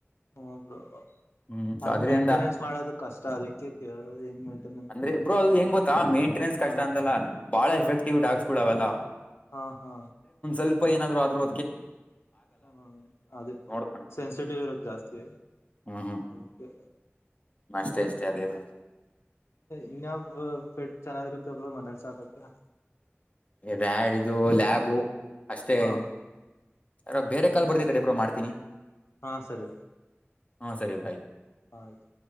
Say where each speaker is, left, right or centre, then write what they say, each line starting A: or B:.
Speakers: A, on the left; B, on the left.
A: ಹು ಬ್ರೋ
B: ಹ್ಮ್ ಸೊ
A: ಅದ
B: ಅದ್ರಿಂದ
A: ಮೇಂಟೆನೆನ್ಸ್ ಮಾಡೋದು ಕಷ್ಟ ಅದಕ್ಕೆ ಕೇಳ ಹೆಂಗ ಮೇಂಟೆನೆನ್ಸ್
B: ಅಂದ್ರೆ
A: ಮಾಡೋದು
B: ಬ್ರೋ
A: ಅಂತ
B: ಅದು
A: ಅದಕ್ಕೆ
B: ಹೆಂಗ ಗೊತ್ತಾ ಮೇಂಟೆನೆನ್ಸ್ ಕಷ್ಟ
A: ಹ
B: ಅಂತಲ್ಲ ಬಾಳ
A: ಹಾ
B: ಎಫೆಕ್ಟಿವ್ ಡಾಕ್ಸ್ಗಳು ಅವಲ್ಲ
A: ಹಾ ಹಾ
B: ಸ್ವಲ್ಪ ಏನಾದರು ಆದ್ರರು
A: ಹ್ಮ ಅದೇ
B: ನೋಡ್ಕೊಂಡ್
A: ಸೆನ್ಸಿಟಿವ್ ಇರೋದು ಜಾಸ್ತಿ
B: ಹ್ಮ್ ಹ್ಮ್
A: ಅದಿಕ್ಕೇ
B: ಅಷ್ಟೇ ಅಷ್ಟೇ ಅದೇವರು
A: ಇನ್ನಯಬ್ ಪೆಟ್ ಚೆನ್ನಾಗಿರುತ್ತೆಬ ಮನಲ್ಸಕತ್ತ
B: ರ್ಯಾಡ್ ಇದು ಲ್ಯಾಬು ಅಷ್ಟೇ
A: ಹಾ
B: ಅ ಬೇರೆ ಕಾಲ್ ಬರ್ತೈತೆಡೇಬ್ಬರು ಮಾಡ್ತೀನಿ
A: ಹಾ ಸರಿ
B: ಹಾ ಸರಿ ಬ್ರೋ ಆಯ್ತು
A: ಆಯ್ತು